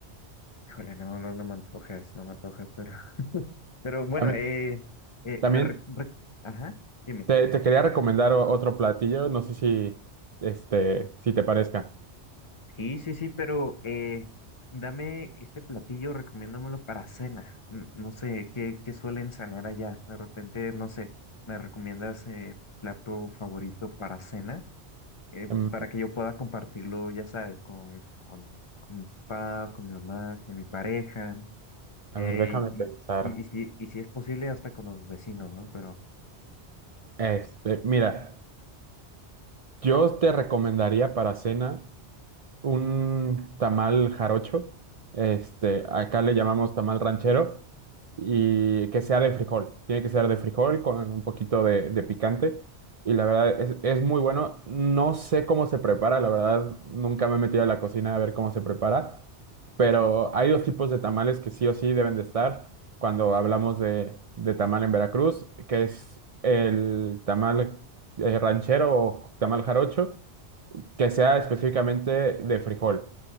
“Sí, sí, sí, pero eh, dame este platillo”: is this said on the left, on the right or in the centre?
Left